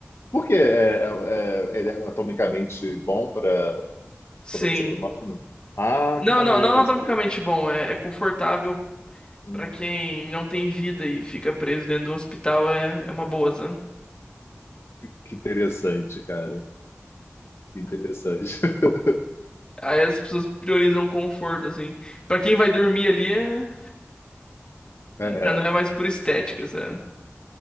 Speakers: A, on the left; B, on the left.
A: Por quê? É, é- é- ele é anatomicamente bom para
B: Sim.
A: o ser humano? Ah,
B: Não,
A: que maneiro,
B: não, não anatomicamente
A: sabe?
B: bom. É, é confortável
A: Hum,
B: Pra quem não tem vida e fica preso dentro de um hospital é, é uma boa, sabe?
A: que interessante, cara. Que interessante. <laughs>
B: Aí as pessoas priorizam conforto, assim. Pra quem vai dormir ali, é...
A: É.
B: já não é mais por estética, sabe?